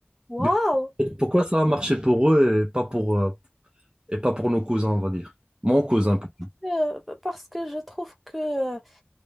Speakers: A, in the centre; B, on the right.
A: Waouh!
B: Du- coup, Pourquoi ça a marché pour eux et pas pour, euh, et pas pour nos cousins, on va dire. Mon cousin plutôt.
A: que, parce que je trouve que euh,